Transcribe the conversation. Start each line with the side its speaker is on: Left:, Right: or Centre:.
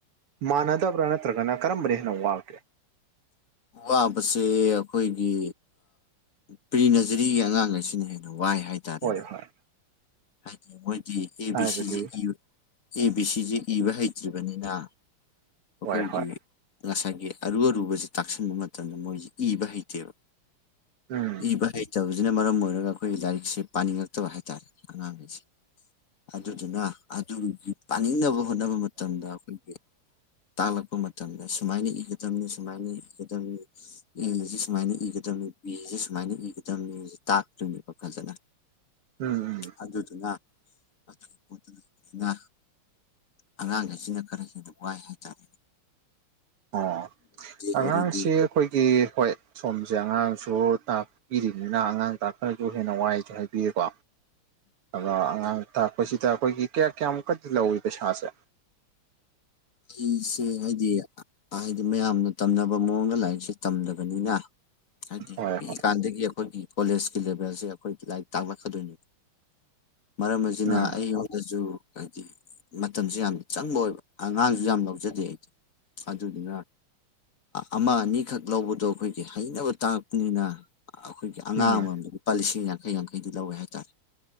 Right: ꯃꯥꯟꯅꯗꯕ꯭ꯔꯥ ꯅꯠꯇ꯭ꯔꯒꯅ ꯀꯔꯝꯕꯅꯦ ꯍꯦꯟꯅ ꯋꯥꯒꯦ
Left: ꯋꯥꯕꯁꯦ ꯑꯩꯈꯣꯏꯒꯤ ꯄ꯭ꯔꯤ ꯅꯖꯔꯤꯒꯤ ꯑꯉꯥꯡ ꯑꯁꯤꯅ ꯍꯦꯟꯅ ꯋꯥꯏ ꯍꯥꯏꯇꯥꯔꯦꯅꯦ
Right: ꯍꯣꯏ ꯍꯣꯏ
Left: ꯍꯥꯏꯗꯤ ꯃꯣꯏꯗꯤ ꯑꯦ
Right: ꯍꯥꯏꯕꯗꯤ
Left: ꯕꯤ ꯁꯤꯁꯦ ꯏꯕ ꯑꯦ ꯕꯤ ꯁꯤꯁꯦ ꯏꯕ ꯍꯩꯇ꯭ꯔꯤꯕꯅꯤꯅ ꯑꯩꯈꯣꯏꯒꯤ
Right: ꯍꯣꯏ ꯍꯣꯏ
Left: ꯉꯁꯥꯏꯒꯤ ꯑꯔꯨ ꯑꯔꯨꯕꯁꯤ ꯇꯥꯛꯁꯤꯟꯕ ꯃꯇꯝꯗ ꯃꯣꯏꯁꯤ ꯏꯕ ꯍꯩꯇꯦꯕ
Right: ꯎꯝ
Left: ꯏꯕ ꯍꯩꯇꯕ ꯁꯤꯅ ꯃꯔꯝ ꯑꯣꯏꯔꯒ ꯑꯩꯈꯣꯏꯒꯤ ꯂꯥꯏꯔꯤꯛꯁꯦ ꯄꯥꯅꯤꯡꯉꯛꯇꯕ ꯍꯥꯏꯇꯥꯔꯦ ꯑꯉꯥꯡꯈꯩꯁꯦ ꯑꯗꯨꯗꯨꯅ ꯑꯗꯨꯒꯤ ꯄꯥꯅꯤꯡꯅꯕ ꯍꯣꯠꯅꯕ ꯃꯇꯝꯗ ꯑꯩꯈꯣꯏꯒꯤ ꯇꯥꯛꯂꯛꯄ ꯃꯇꯝꯗ ꯁꯨꯃꯥꯏꯅ ꯏꯒꯗꯝꯅꯤ ꯁꯨꯃꯥꯏꯅ ꯏꯒꯗꯝꯅꯤ ꯏꯔꯤꯁꯤ ꯁꯨꯃꯥꯏꯅ ꯏꯒꯗꯝ ꯕꯤꯁꯦ ꯁꯨꯃꯥꯏꯅ ꯏꯒꯗꯝꯅꯤ ꯇꯥꯛꯇꯣꯏꯅꯦꯕ ꯐꯖꯅ
Right: ꯎꯝ ꯎꯝ
Left: ꯑꯗꯨꯗꯨꯅ ꯑꯗꯨꯒꯤ ꯄꯣꯠꯇꯣ ꯂꯩꯕꯅꯤꯅ ꯑꯉꯥꯡꯈꯩꯁꯤꯅ ꯈꯔ ꯍꯦꯟꯅ ꯋꯥꯏ ꯍꯥꯏꯕ <inaudible>
Right: ꯑꯣ ꯑꯉꯥꯡꯁꯤ
Left: ꯑꯣꯜꯔꯦꯗꯤ
Right: ꯑꯩꯈꯣꯏꯒꯤ ꯍꯣꯏ ꯁꯣꯝꯁꯦ ꯑꯉꯥꯡꯁꯨ ꯇꯥꯛꯄꯤꯔꯤꯕꯅꯤꯅ ꯑꯉꯥꯡ ꯇꯥꯛꯄꯅꯁꯨ ꯍꯦꯟꯅ ꯋꯥꯏꯁꯨ ꯍꯥꯏꯕꯤꯔꯦꯀꯣ ꯑꯗꯣ ꯑꯉꯥꯡ ꯇꯥꯛꯄꯁꯤꯗ ꯑꯩꯈꯣꯏꯒꯤ ꯀꯌꯥ ꯀꯌꯥꯃꯨꯛꯀꯗꯤ ꯂꯧꯋꯤ ꯄꯩꯁꯥꯁꯦ
Left: ꯑꯩꯁꯦ ꯍꯥꯏꯗꯤ ꯍꯥꯏꯗꯤ ꯃꯌꯥꯝꯅ ꯇꯝꯅꯕ ꯃꯑꯣꯡꯗ ꯂꯥꯏꯔꯤꯛꯁꯦ ꯇꯝꯗꯕꯅꯤꯅ ꯍꯥꯏꯗꯤ
Right: ꯍꯣꯏ
Left: ꯄꯤꯛꯏ
Right: ꯍꯣꯏ
Left: ꯀꯥꯟꯗꯒꯤ ꯑꯩꯈꯣꯏꯒꯤ ꯀꯣꯂꯦꯖ ꯂꯦꯚꯦꯜꯁꯦ ꯑꯩꯈꯣꯏ ꯂꯥꯏꯔꯤꯛ ꯇꯥꯛꯂꯛꯀꯗꯣꯏꯅꯤ ꯃꯔꯝ ꯑꯁꯤꯅ
Right: ꯎꯝ
Left: ꯑꯩꯉꯣꯟꯗꯁꯨ ꯍꯥꯏꯕꯗꯤ ꯃꯇꯝꯁꯨ ꯌꯥꯝꯅ ꯆꯪꯕ ꯑꯣꯏꯕ ꯑꯉꯥꯡꯁꯨ ꯌꯥꯝ ꯂꯧꯖꯗꯦ ꯑꯗꯨꯗꯨꯅ ꯑꯃ ꯑꯅꯤꯈꯛ ꯂꯧꯕꯗꯣ ꯑꯩꯈꯣꯏꯒꯤ ꯍꯩꯅꯕ ꯇꯥꯡꯂꯛꯄꯅꯤꯅ ꯑꯩꯈꯣꯏꯒꯤ ꯑꯉꯥꯡ
Right: ꯎꯝ
Left: ꯑꯃ ꯃꯝꯗ ꯂꯨꯄꯥ ꯂꯤꯁꯤꯡ ꯌꯥꯡꯈꯩ ꯌꯥꯡꯈꯩꯗꯤ ꯂꯧꯋꯦ ꯍꯥꯏꯇꯥꯔꯦ